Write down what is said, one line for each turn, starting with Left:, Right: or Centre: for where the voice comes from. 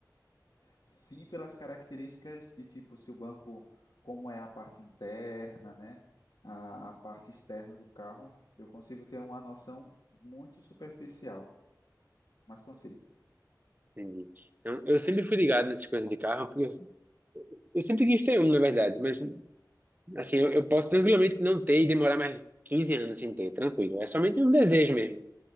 Left: Sim, pelas características de tipo, se o banco, como é a parte interna, né, a, a parte externa do carro, eu consigo ter uma noção muito superficial, mas consigo,
Right: Entendi. Então, eu sempre fui ligado nessas coisas de carro, porque eu eu sempre quis ter um, na verdade, mas Assim, eu, eu posso tranquilamente não ter e demorar mais 15 anos sem ter, tranquilo. É somente um desejo mesmo.